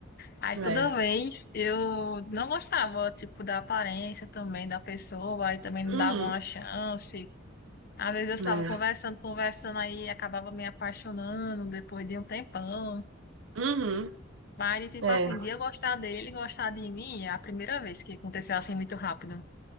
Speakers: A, on the left; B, on the right.
A: Aí
B: É.
A: toda vez eu não gostava, tipo, da aparência também da pessoa, aí também não
B: Uhum,
A: dava uma chance. Às vezes eu
B: né?
A: ficava conversando, conversando, aí acabava me apaixonando depois de um tempão.
B: Uhum,
A: Mas, tipo
B: é,
A: assim, de eu gostar dele, ele gostar de mim, é a primeira vez que aconteceu assim muito rápido.